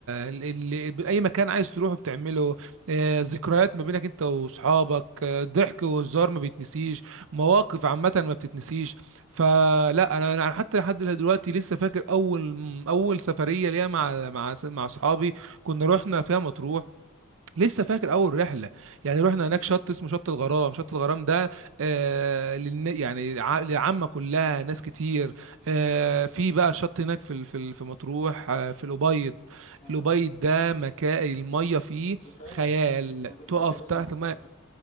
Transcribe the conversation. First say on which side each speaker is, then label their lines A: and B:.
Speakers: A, on the right; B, on the left.
A: ال... ال... اي مكان عايز تروحه بتعمله آه، ذكريات ما بينك انت واصحابك آه، ضحك وهزار ما بيتنسيش مواقف عامه ما بتتنسيش فلا انا انا حتى لحد دلوقتي لسه فاكر اول اول سفريه ليا مع مع مع اصحابي كنا رحنا فيها مطروح لسه فاكر اول رحله يعني رحنا هناك شط اسمه شط الغرام شط الغرام ده آه للن... يعني ع- للعامه كلها ناس كتير آه في بقى شط هناك في ال- في ال- في مطروح آه في الابيض
B: اه
A: الابيض ده مكان الميه فيه
B: ذكريات
A: خيال
B: ذكريات
A: تقف
B: يا باشا
A: تحت
B: انت بتعمل
A: الميه